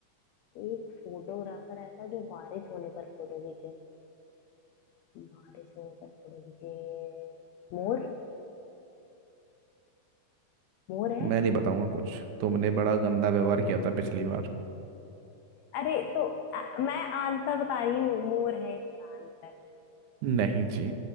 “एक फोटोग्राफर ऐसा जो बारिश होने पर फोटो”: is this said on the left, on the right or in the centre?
Left